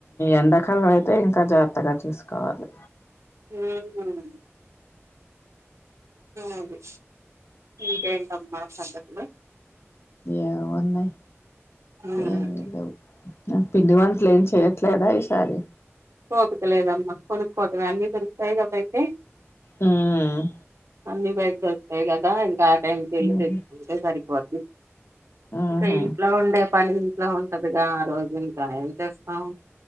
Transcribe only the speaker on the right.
ఊమ్ అది ఇకేంటమ్మా సంగతులు
ఉమ్
ఓపికలేదమ్మా కొనుక్కోవటమే అన్ని దొరుకుతాయి గా బయటే
అన్ని బయట దొరుకుతాయి కదా ఆ టైం కి వెళ్లి
తెచ్చుకుంటే సరిపోతుంది
ఇక ఇంట్లో ఉండే పని ఎట్లో ఉంటదిగా ఆ రోజు అంత ఏం చేస్తాం